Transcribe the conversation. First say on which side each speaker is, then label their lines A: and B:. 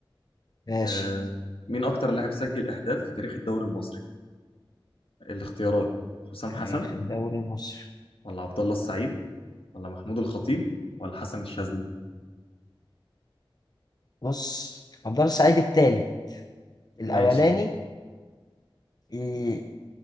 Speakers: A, on the left (about 45°); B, on the left (about 80°).
A: ماشي
B: آه. مين اكتر لاعب سجل اهداف في تاريخ الدوري المصري الاختيارات حسام حسن
A: يعني في الدوري المصري
B: ولا عبد الله السعيد ولا محمود الخطيب ولا حسن الشاذلي
A: بص الدار السعيد التالت الأولاني
B: ماشي
A: إيه،